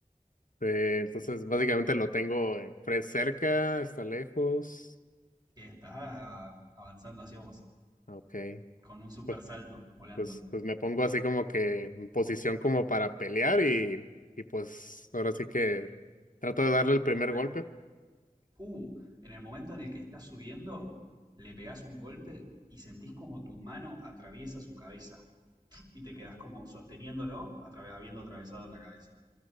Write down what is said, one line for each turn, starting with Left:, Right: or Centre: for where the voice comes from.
Left: Sí, entonces básicamente lo tengo eh, fre- cerca, está lejos.
Right: Está avanzando hacia vos,
Left: Ah, Ok,
Right: con un super
Left: pues,
Right: salto, volando.
Left: pues, pues me pongo así como que en posición como para pelear y, y pues ahora sí que trato de darle el primer
Right: Perfecto.
Left: golpe.
Right: Uh, en el momento en el que estás subiendo, le pegás un golpe y sentís como tu mano atraviesa su cabeza. Y te quedás como sosteniéndolo, atra- habiendo atravesado la cabeza.